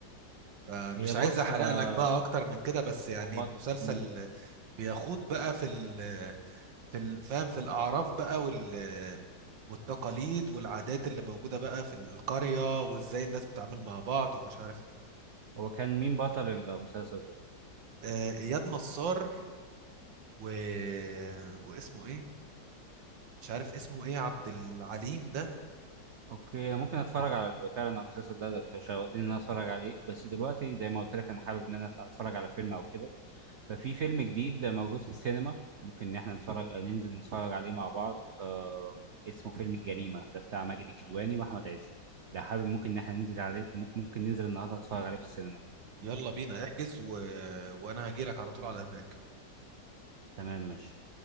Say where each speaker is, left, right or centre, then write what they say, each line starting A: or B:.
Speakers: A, on the right; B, on the right.
A: فمش
B: هي بص
A: عايز احرق
B: آه
A: لك بقى اكتر من كده بس يعني
B: هو
A: المسلسل
B: مم.
A: بيخوض بقى في ال في ال- فاهم في الأعراف بقى وال والتقاليد والعادات اللي موجودة بقى في القرية وإزاي الناس بتتعامل مع بعض ومش عارف إيه
B: هو كان مين بطل المسلسل ده
A: آه، اياد نصار و... آه، واسمه ايه مش عارف اسمه ايه عبد العليم ده
B: اوكي انا ممكن اتفرج على ال- فعلا على المسلسل ده, ده انت شوقتني ان انا اتفرج عليه بس دلوقتي زي ما قلت لك انا حابب ان انا اتفرج على فيلم او كده ففي فيلم جديد موجود في السينما ممكن ان احنا نتفرج آه، ننزل نتفرج عليه مع بعض آه اسمه فيلم الجريمة ده بتاع ماجد الكدواني واحمد عز لو حابب ممكن ان احنا ننزل عليه ممكن ننزل النهارده نتفرج عليه في السينما
A: يلا بينا احجز و... آه، وانا هجيلك على طول على هناك
B: تمام ماشي